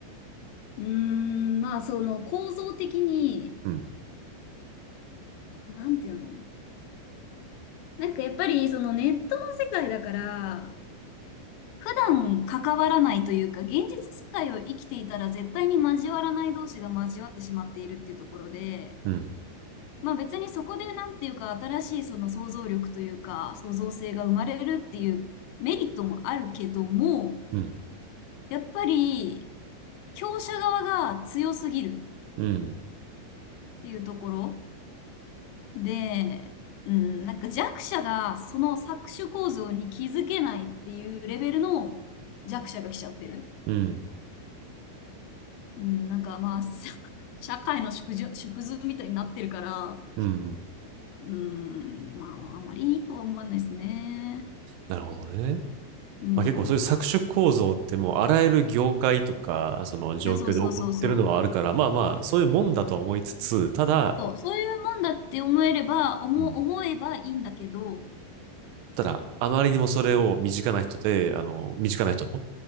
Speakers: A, on the left; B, on the right.
A: うーん、まあ、その構造的に、
B: うん、
A: なんていうのなんかやっぱり、そのネットの世界だから、普段関わらないというか、現実世界を生きていたら絶対に交わらない同士が交わってしまっているっていうところで、
B: うん、
A: まあ別にそこでなんていうか、新しいその想像力というか、創造性が生まれるっていうメリットもあるけども、
B: うん、
A: やっぱり、強者側が強すぎる
B: うん、
A: っていうところで、うん、なんか弱者がその搾取構造に気づけないっていうレベルの弱者が来ちゃってる。
B: うん、
A: うん、なんかまあ、<laughs> 社会の縮図縮図みたいになってるから、
B: うん。
A: うん、まあ、あんまりいいとは思わないですね。
B: なるほどね。
A: うん。
B: まあ、結構そういう搾取構造ってもうあらゆる業界とか、その状況で起こってるのはあるから、
A: いや、そうそうそうそう。
B: まあまあ、そういうもんだとは思いつつ、ただ、
A: そう、そういうもんだって思えれば、思思えばいいんだけど、
B: うんただ、あまりにもそれを身近な人で、あの、身近な人と